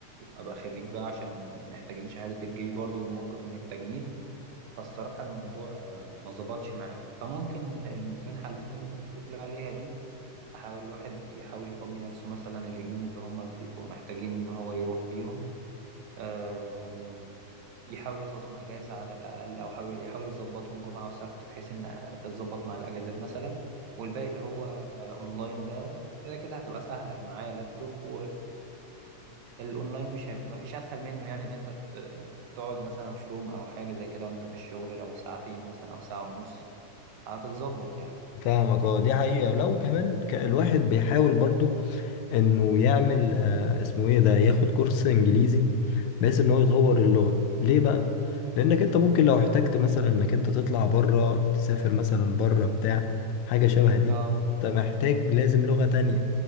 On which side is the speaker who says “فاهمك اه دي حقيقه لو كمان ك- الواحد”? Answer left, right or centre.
Left